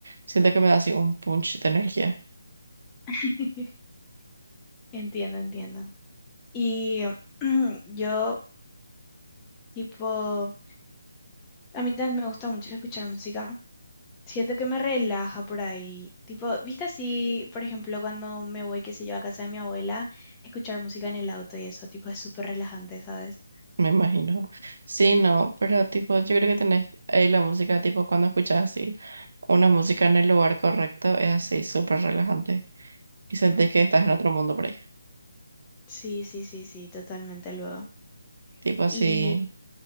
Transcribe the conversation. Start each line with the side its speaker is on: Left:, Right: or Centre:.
Right: Siento que me da así un punch de energía,
Left: <laughs> Entiendo, entiendo. Y <clears throat> yo, tipo, a mí también me gusta mucho escuchar música. Siento que me relaja por ahí. Tipo, ¿viste así, por ejemplo, cuando me voy, qué sé yo, a casa de mi abuela, escuchar música en el auto y eso, tipo, es súper relajante, ¿sabes?
Right: me imagino. Sí, no, pero tipo, yo creo que tenés ahí la música, tipo cuando escuchas así una música en el lugar correcto, es así súper relajante y sentís que estás en otro mundo por ahí.
Left: Sí, sí, sí, sí, totalmente luego.
Right: Tipo así.
Left: Y